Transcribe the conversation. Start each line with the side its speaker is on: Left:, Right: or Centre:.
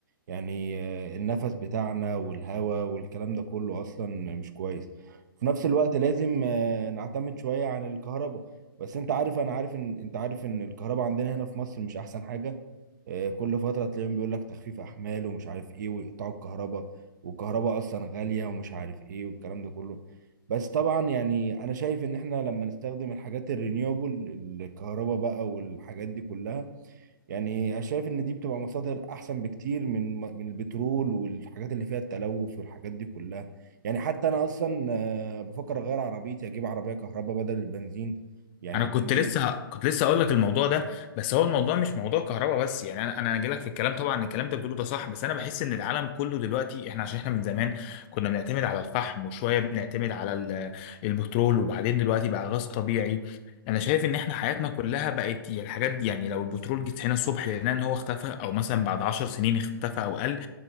Right: يعني آه، النفس بتاعنا والهواء والكلام ده كله اصلا مش كويس في نفس الوقت لازم آه، نعتمد شوية عن الكهرباء بس انت عارف انا عارف ان انت عارف ان الكهرباء عندنا هنا في مصر مش احسن حاجة آه، كل فترة تلاقيهم بيقول لك تخفيف أحمال ومش عارف إيه ويقطعوا الكهرباء والكهرباء أصلا غالية ومش عارف إيه والكلام ده كله بس طبعا يعني أنا شايف إن إحنا لما نستخدم الحاجات الرينيوبل الكهرباء بقى والحاجات دي كلها يعني أنا شايف إن دي بتبقى مصادر أحسن بكتير من من البترول والحاجات اللي فيها التلوث والحاجات دي كلها يعني حتى أنا أصلا آه، بفكر أغير عربيتي أجيب عربية كهرباء بدل البنزين يعني
Left: انا
Right: عشان
Left: كنت لسه ه- كنت لسه اقول لك الموضوع ده بس هو الموضوع مش موضوع كهرباء بس يعني انا انا جاي لك في الكلام طبعا الكلام انت بتقوله ده صح بس انا بحس ان العالم كله دلوقتي احنا عشان احنا من زمان كنا بنعتمد على الفحم وشويه بنعتمد على ال- البترول وبعدين دلوقتي بقى غاز طبيعي انا شايف ان احنا حياتنا كلها بقت يعني الحاجات دي يعني لو البترول جيت هنا الصبح لقينا ان هو اختفى او مثلا بعد 10 سنين اختفى او قل